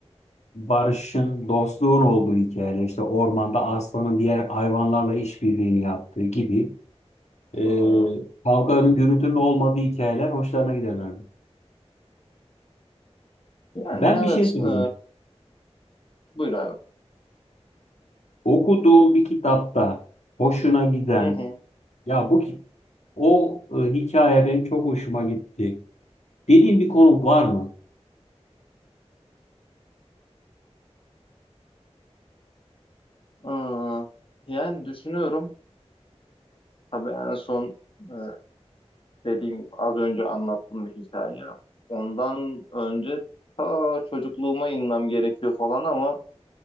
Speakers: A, on the left; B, on the left.
A: barışın, dostluğun olduğu hikayeler işte ormanda aslanın diğer hayvanlarla işbirliğini yaptığı gibi e,
B: Hı hı.
A: kavganın, gürültünün olmadığı hikayeler hoşlarına giderlerdi.
B: Yani
A: Ben
B: evet.
A: bir şey söyleyeceğim.
B: E, buyur abi.
A: Okuduğum bir kitapta hoşuna giden
B: Hı hı.
A: ya bu ki- o e, hikaye benim çok hoşuma gitti. Dediğin bir konu var mı?
B: Ee, yani düşünüyorum. Tabii en son e, dediğim az önce anlattığım bir hikaye. Ondan önce ta çocukluğuma inmem gerekiyor falan ama